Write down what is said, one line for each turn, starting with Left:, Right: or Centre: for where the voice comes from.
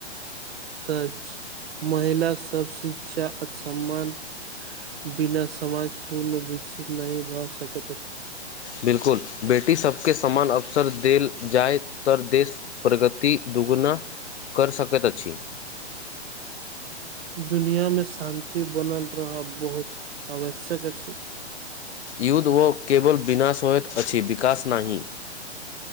Right: सच महिला सभ शिक्षा आ सम्मान बिना समाज पूर्ण विकसित नहि भऽ सकैत अछि
Left: बिलकुल बेटी सबके समान अवसर देल जाय तऽ देश प्रगति दुगुना कर सकैत अछि
Right: दुनिया मे शान्ति बनल रह बहुत आवश्यक अछि
Left: युद्ध ओ केबल बिना सयत अछि विकासश नाहि